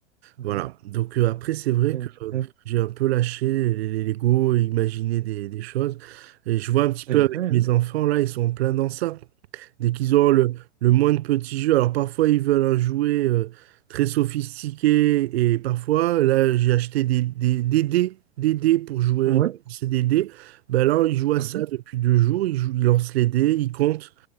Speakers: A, on the right (about 80°); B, on the right (about 60°).
A: oui.
B: voilà. Donc, euh, après, c'est vrai
A: C'est
B: que euh,
A: vrai,
B: j'ai un peu lâché les, les Lego et imaginé des, des choses. Et je vois un petit peu
A: c'est
B: avec
A: vrai,
B: mes
A: hein?
B: enfants, là, ils sont en plein dans ça. Dès qu'ils ont le, le moins de petits jeux, alors parfois ils veulent un jouet euh, très sophistiqué et parfois, là j'ai acheté des, des, des dés, des dés pour jouer,
A: Ouais.
B: c'est des dés. Ben là, ils jouent à
A: Mhm.
B: ça depuis deux jours, ils jouent, ils lancent les dés, ils comptent,